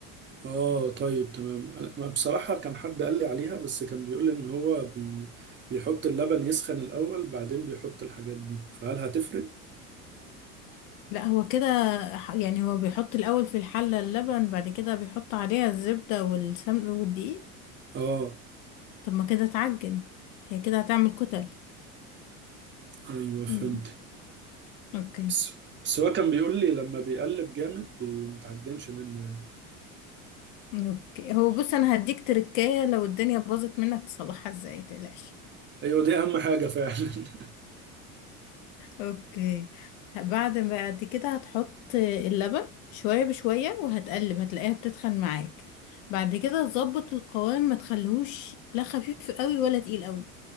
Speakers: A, on the right; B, on the left.
A: آه طيب تمام أنا ما بصراحة كان حد قال لي عليها بس كان بيقول لي إن هو بي... بيحط اللبن يسخن الأول بعدين بيحط الحاجات دي فهل هتفرق؟
B: لا هو كده ح- يعني هو بيحط الاول في الحلة اللبن بعد كده بيحط عليها الزبدة والسمن والدقيق
A: آه
B: طب ما كده اتعجن هي كده هتعمل كتل
A: أيوه فهمت
B: يعني. اوكي
A: بس بس هو كان بيقول لي لما بيقلب جامد بي- متعجنش منه يعني
B: اوكي هو بص انا هديك تركاية لو الدنيا باظت منك تصلحها ازاي متقلقش
A: ايوه دي اهم حاجه فعلا <laughs>
B: اوكي بعد بعد كده هتحط اللبن شوية بشوية وهتقلب هتلاقيها بتتخن معاك بعد كده تظبط القوام ما تخليهوش لا خفيف قوي ولا تقيل قوي